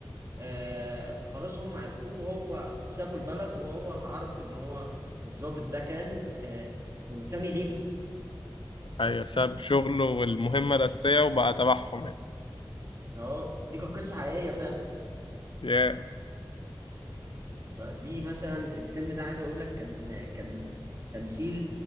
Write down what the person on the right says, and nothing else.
آه، فخلاص هم عرفوه وهو سابوا البلد وهو تعرف ان هو الضابط ده كان آه، منتمي ليهم
اه دي كانت قصة حقيقية فعلا
فدي مثلا الفيلم ده عايز اقول لك كان كان تمثيل